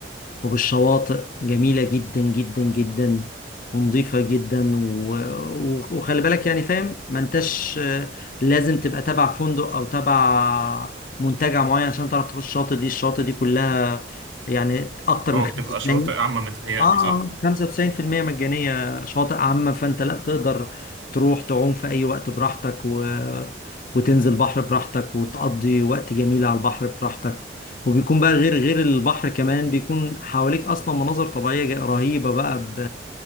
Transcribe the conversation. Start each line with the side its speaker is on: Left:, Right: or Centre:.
Left: وبالشواطئ جميلة جدا جدا جدا ونظيفة جدا و... و- وخلي بالك يعني فاهم ما انتش آه، لازم تبقى تبع فندق او تبع منتجع معين عشان تعرف تخش الشاطئ دي الشاطئ دي كلها يعني اكتر
Right: اه
Left: من 95
Right: بتبقى شواطئ عامه متهيألي
Left: اه آه،
Right: صح
Left: 95% مجانية شواطئ عامة فانت لا تقدر تروح تعوم في اي وقت براحتك و... وتنزل بحر براحتك وتقضي وقت جميل على البحر براحتك وبيكون بقى غير غير البحر كمان بيكون حواليك اصلا مناظر طبيعية جا- رهيبة بقى ب...